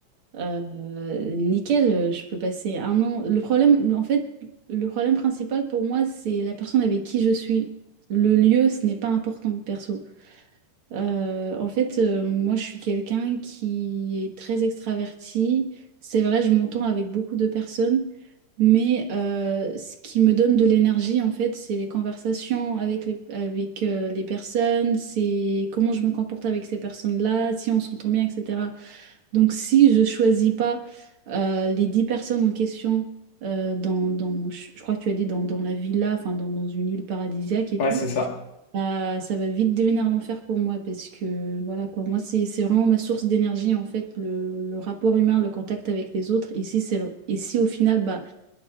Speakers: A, on the right; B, on the left.
A: euh, nickel, euh, je peux passer un an. Le problème, en fait, le problème principal pour moi, c'est la personne avec qui je suis. Le lieu, ce n'est pas important, perso. Euh, en fait, euh, moi, je suis quelqu'un qui est très extraverti. C'est vrai, je m'entends avec beaucoup de personnes, mais euh, ce qui me donne de l'énergie, en fait, c'est les conversations avec les, avec, euh, les personnes, c'est comment je me comporte avec ces personnes-là, si on s'entend bien, etc. Donc, si je choisis pas euh, les 10 personnes en question, euh, dans, dans- je je crois que tu as dit dans, dans la villa, enfin, dans, dans une île paradisiaque et
B: Ouais,
A: tout,
B: c'est ça.
A: bah, ça va vite devenir l'enfer pour moi parce que voilà quoi, moi c'est c'est vraiment ma source d'énergie en fait, le, le rapport humain, le contact avec les autres. Et si c'est et si au final bah